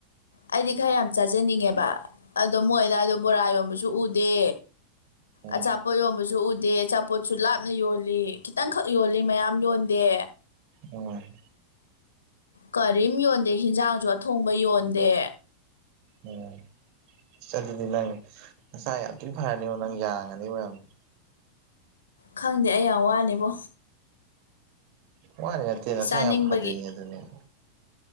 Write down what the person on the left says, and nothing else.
ꯑꯩꯗꯤ ꯈꯔ ꯌꯥꯝ ꯆꯥꯖꯅꯤꯡꯉꯦꯕ ꯑꯗꯣ ꯃꯣꯏ ꯑꯗꯨꯋꯥꯏꯗꯣ ꯕꯣꯔꯥ ꯌꯣꯟꯕꯁꯨ ꯎꯗꯦ꯫
ꯑꯆꯥꯄꯣꯠ ꯌꯣꯟꯕꯁꯨ ꯎꯗꯦ ꯑꯆꯥꯄꯣꯠꯁꯨ ꯂꯥꯞꯅ ꯌꯣꯜꯂꯤ ꯈꯤꯇꯪꯈꯛ ꯌꯣꯜꯂꯤ ꯃꯌꯥꯝ ꯌꯣꯟ ꯗꯦ꯫
ꯀꯔꯤꯝ ꯌꯣꯟꯗꯦ ꯍꯤꯟꯖꯥꯡꯁꯨ ꯑꯊꯣꯡꯕ ꯌꯣꯟꯗꯦ
ꯈꯪꯗꯦ ꯑꯩ ꯌꯥꯝ ꯋꯥꯅꯦꯕꯣ
ꯆꯥꯅꯤꯡꯕꯒꯤ